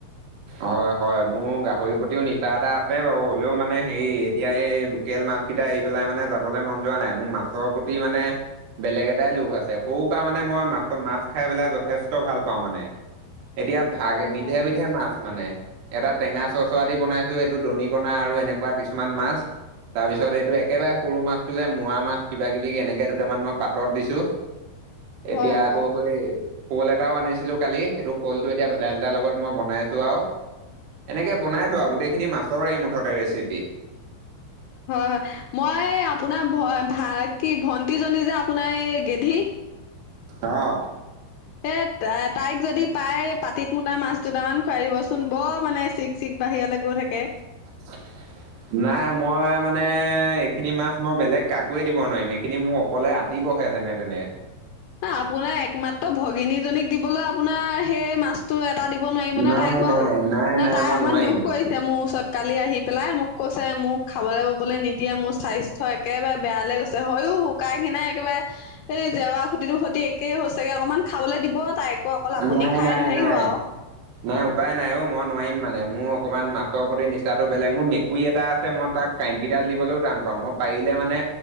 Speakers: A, on the right; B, on the left.
A: হয় হয়, মোৰ গাহৰিৰ প্ৰতিও নিচা এটা আছে বাৰু হ'লেও মানে হেৰি এতিয়া এই তেল নাপ কিটা আহি পেলাই মানে যাবলৈ মন যোৱা নাই, মোৰ মাছৰ প্ৰতি মানে বেলেগ এটাই লোভ আছে, সৰুৰ পৰা মানে মই মাছ-মাছ খাই পেলাই যথেষ্ট ভাল পাওঁ মানে। এতিয়া ভাগে,
B: হয়
A: বিধে
B: হয়
A: বিধে মাছ মানে, এটা টেঙা চৰচৰা দি বনাইছো এইটো দনি কণা আৰু এনেকুৱা কিছুমান মাছ। তাৰ পিছত এইটো একেবাৰে সৰু মাছটো যে মুৱা মাছ কিবা কিবি এনেকে দুটামান মই পাতত দিছো। এতিয়া
B: হয়
A: আকৌ
B: হয়
A: সেই শ'ল এটাও আনিছিলো কালি, সেইটো শ'লটো এতিয়া ভেদাইলতাৰ লগত মই বনাই আছো। <unintelligible> এনেকে বনাইছো
B: হয়
A: আৰু, গোটেইখিনি মাছৰে এই মুঠতে ৰেচিপি।
B: হয় হয়, মই আপোনাৰ ভ, ভা কি ভণ্টিজনী যে আপোনাৰ এই গেধি
A: অ'।
B: এ তা-তাইক যদি পাই পাতিত মোতা মাছ দুটামান খুৱাই দিবচোন বৰ মানে চি চিক বাহিৰলৈ গৈ থাকে।
A: <unintelligible> নাই মই মানে, এইখিনি মাছ মই, বেলেগ কাকোৱে দিব নোৱাৰিম। এইখিনি মোক অকলে আ আহিবহে যেনে-তেনে।
B: এ, আপোনাৰ একমাত্ৰ ভগিনীজনীক দিবলৈ আপোনাৰ, সেই মাছ টো এটা দিব নোৱাৰিবনে
A: নাই
B: তাইক বাৰু?
A: নাই নাই নাই
B: তাই
A: মই
B: অকমান
A: নোৱাৰিম
B: দুখ কৰি ছে, মোৰ ওচৰত কালি আহি পেলাই। মোক কৈছে, মোক খাবলৈ-ববলৈ নিদিয়ে। মোৰ স্বা স্থ্য একেবাৰে বেয়া লৈ গৈছে! হৈও, শুকাই-খিনাই একেবাৰে, সেই জেৱা খুটিতো সতি একে হৈছেগে। অকমান খাবলৈ দিব তাইক, অকল আপুনি
A: নাই
B: খাই
A: নাই
B: নাথাকিব
A: নাই।
B: আৰু।
A: নাই, উপায় নাই অ'! মই নোৱাৰিম মানে। মোৰ অকণমান মাছৰ প্ৰতি নিচাটো বেলেগ। মোৰ মেকুৰী এটা আছে, মই তাক কাঁইটকিডাল দিবলৈও টান পাওঁ। মই পাৰিলে মানে,